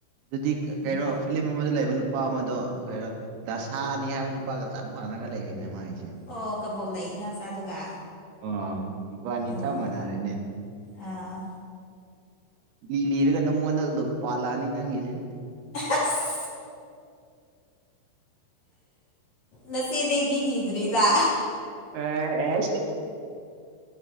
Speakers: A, on the right; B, on the left.
A: ꯑꯗꯨꯗꯤ ꯀꯩꯔꯣ
B: ꯎꯝ
A: ꯐꯤꯂꯤꯝ ꯑꯃꯗ ꯂꯩꯕ ꯅꯨꯄꯥ ꯑꯃꯗꯣ ꯀꯩꯔꯣ ꯗꯁꯥꯅꯤ ꯍꯥꯏꯕ ꯅꯨꯄꯥꯒ ꯆꯞ ꯃꯥꯟꯅꯔꯒ ꯂꯩꯔꯦꯅꯦ ꯃꯥꯏꯖꯦ
B: ꯑꯣ ꯀꯕꯣꯛꯂꯩ ꯏꯅꯥꯎꯆꯥꯗꯨꯒ
A: ꯑꯥ ꯏꯕꯥꯟꯅꯤ
B: ꯑꯣ
A: ꯆꯞ ꯃꯥꯟꯅꯥꯔꯦꯅꯦ
B: ꯑꯥ
A: ꯂꯤ ꯂꯤꯔꯒ ꯅꯪꯉꯣꯟꯗ ꯑꯗꯨꯝ ꯄꯥꯜꯂꯛꯑꯅꯤ ꯅꯪꯒꯤꯁꯦ
B: ꯑꯁ ꯅꯆꯦꯗꯩꯗꯤ ꯂꯤꯗ꯭ꯔꯤꯗ
A: ꯑꯦ ꯑꯦꯁ